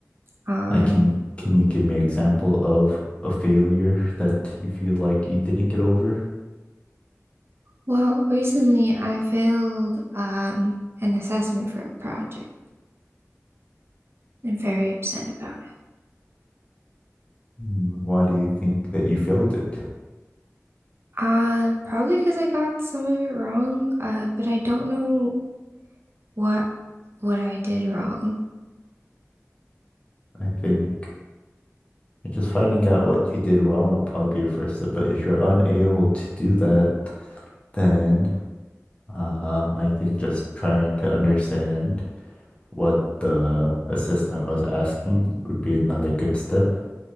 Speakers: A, on the right (about 45°); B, on the left (about 25°).
A: Um,
B: Like, can can you give me an example of a failure that you feel like you didn't get over?
A: well, recently I failed um an assessment for a project. I'm very upset about it.
B: Hmm, Why do you think that you failed it?
A: Uh, probably because I got some of it wrong. Uh, but I don't know what what I did wrong. <clears throat>
B: I think just finding out what you did wrong would probably be a first step. But if you're unable to do that, then um, I think just trying to understand what the assessment was asking would be another good step.